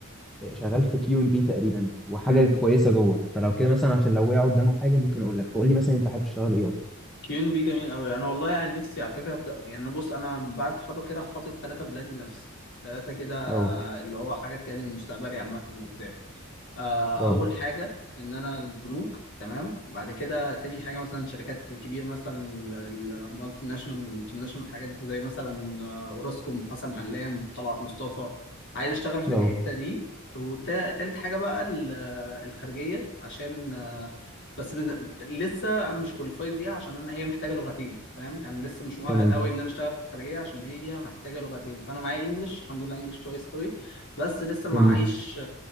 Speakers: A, in the centre; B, on the left.
A: شغال في كيو ام بي تقريبا وحاجه
B: امم
A: كويسه جوه فلو كده مثلا عشان لو وقع قدامه حاجه ممكن اقول لك فقول لي مثلا انت حابب تشتغل ايه اصلا
B: كيون بي جميل قوي انا والله يعني نفسي على فكره ابدا يعني أنا بص انا بعد التخرج كده حاطط ثلاثه بلان لنفسي ثلاثه كده
A: اه
B: اللي هو حاجات يعني المستقبلي عامه قدام آه،
A: اه
B: اول حاجه ان انا البنوك تمام بعد كده تاني حاجه مثلا الشركات الكبيره مثلا ال- ال- المالتي ناشونال الانترناشونال الحاجات دي زي مثلا آه، اوراسكوم حسن علام طلعت مصطفى عايز اشتغل في
A: اه
B: الحته دي وتالت حاجه بقى ال- آه، الخارجيه عشان آه، بس مز- لسه انا مش كواليفايد ليها عشان انا هي محتاجه لغتين فاهم يعني لسه مش مؤهل
A: تمام
B: قوي ان انا اشتغل في الخارجيه عشان هي محتاجه لغتين فانا معايا انجلش الحمد لله انجلش كويس قوي بس لسه ما
A: جميل
B: معيش